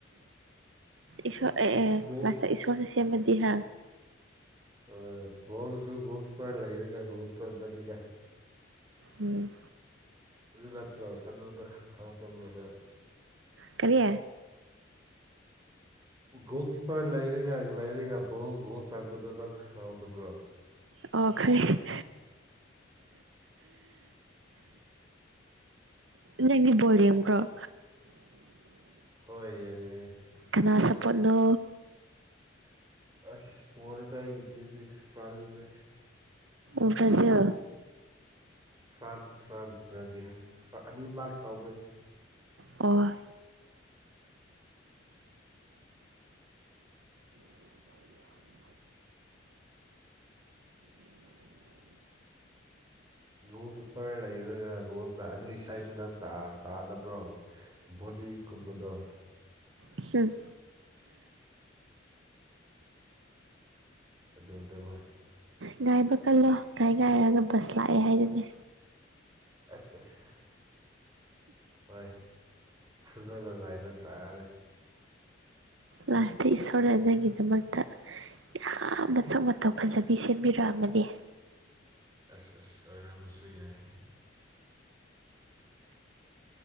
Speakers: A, on the right; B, on the right.
A: ꯏꯁꯣꯔ ꯑꯦ ꯑꯦ
B: ꯕꯣ
A: ꯂꯥꯁ ꯏꯁꯣꯔꯅ ꯁꯦꯝꯃꯗꯤ ꯍꯥ
B: ꯍꯣꯏ ꯕꯣꯜꯁꯨ ꯒꯣꯜ ꯀꯤꯄꫪ ꯂꯩꯔꯒ ꯒꯣꯜ ꯆꯟꯕꯅꯤꯅ
A: ꯎꯝ
B: ꯑꯗꯨ ꯅꯠꯇ꯭ꯔꯣ ꯑꯗꯣ ꯑꯝꯗ ꯈꯪ ꯈꯪꯍꯧꯗꯕ꯭ꯔꯅ ꯅꯪ
A: ꯀꯔꯤ
B: ꯒꯣꯜ ꯀꯤꯞꯄꯔ ꯂꯩꯔꯒ ꯂꯩꯔꯒ ꯕꯣꯜ ꯒꯣꯜ ꯆꯥꯟꯕꯗꯨꯅ ꯈꯪꯍꯧꯗꯕ꯭ꯔꯣ
A: ꯑꯣ ꯈꯔꯤ ꯅꯪꯗꯤ ꯕꯣꯜ ꯌꯦꯡꯕꯔꯣ
B: ꯍꯣꯏ ꯌꯦꯡꯉꯦ
A: ꯀꯅꯥ ꯁꯄꯣꯠꯅꯣ
B: ꯑꯁ ꯄꯣꯔꯦꯗꯥ ꯑꯩꯒꯤ ꯇꯤꯝꯗꯤ ꯐ꯭ꯔꯥꯟꯁꯗ
A: ꯕ꯭ꯔꯖꯤꯜ
B: ꯐ꯭ꯔꯥꯟꯁ ꯐ꯭ꯔꯥꯟꯁ ꯕ꯭ꯔꯥꯖꯤꯜ ꯑꯅꯤꯃꯛ ꯇꯧꯕꯩ
A: ꯑꯣ
B: ꯒꯣꯒꯣꯜ ꯀꯤꯞꯄꯔ ꯂꯩꯔꯒ ꯒꯨꯒꯣꯜ ꯆ ꯑꯗꯨ ꯏꯁꯥꯁꯨ ꯅꯪ ꯇꯥꯗꯕ꯭ꯔꯣ ꯕꯣꯅꯤꯒꯨꯝꯕꯗꯣ
A: ꯍꯝ
B: ꯑꯗꯨꯗꯕ
A: ꯉꯥꯏꯕ ꯀꯜꯂꯣ ꯉꯥꯏ ꯉꯥꯏꯔꯒ ꯕꯁ ꯂꯥꯛꯑꯦ ꯍꯥꯏꯗꯨꯅꯦ
B: ꯑꯁ ꯑꯁ ꯍꯣꯏ ꯐꯖꯕ ꯉꯥꯏꯕ ꯇꯥꯔꯦ
A: ꯂꯥꯁꯇ ꯏꯁꯣꯔꯅ ꯅꯪꯒꯤꯗꯃꯛꯇ ꯌꯥꯝ ꯃꯁꯛ ꯃ ꯇꯧ ꯐꯖꯕꯤ ꯁꯦꯝꯕꯤꯔꯛꯑꯃꯅꯤ
B: ꯑꯁ ꯑꯁ ꯑꯣꯏꯔꯕꯁꯨ ꯌꯥꯏ